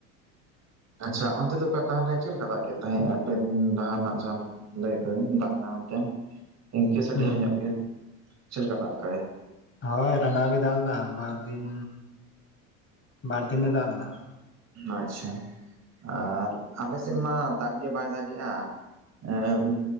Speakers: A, on the right (about 40°); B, on the left (about 30°).
A: ᱟᱪᱪᱷᱟ ᱚᱱᱛᱮ ᱫᱚ <unintelligible> ᱛᱟᱦᱚᱞᱮ ᱪᱮᱫ ᱞᱮᱠᱟ ᱫᱟᱜ ᱠᱮᱜ ᱛᱟᱦᱮᱸᱼᱟ ᱯᱮ ᱫᱤᱱ ᱞᱟᱦᱟ ᱱᱟᱜ ᱡᱟᱦᱟᱸ ᱞᱟᱹᱭ ᱛᱟᱵᱤᱱ ᱫᱟᱜ ᱦᱟᱱᱟ ᱢᱮᱱᱛᱮ ᱤᱱᱠᱟᱹ ᱥᱮ
B: ᱦᱩᱸ
A: ᱰᱷᱮᱨ ᱧᱚᱜ ᱜᱮ ᱪᱮᱫ ᱠᱟ ᱫᱟᱜ ᱠᱟᱜ ᱟᱭ
B: ᱦᱳᱭ ᱨᱟᱸᱜᱟᱣ ᱜᱮ ᱫᱟᱞ ᱞᱮᱫᱟ ᱵᱟᱨ ᱫᱤᱱ ᱵᱟᱨ ᱫᱤᱱᱮ ᱫᱟᱜ ᱞᱮᱫᱟ
A: ᱟᱪᱪᱷᱟ ᱟᱨ ᱟᱞᱮ ᱥᱮᱫ ᱢᱟ ᱫᱟᱜ ᱜᱮ ᱵᱟᱭ ᱫᱟᱜᱮᱜᱼᱟ ᱮᱸ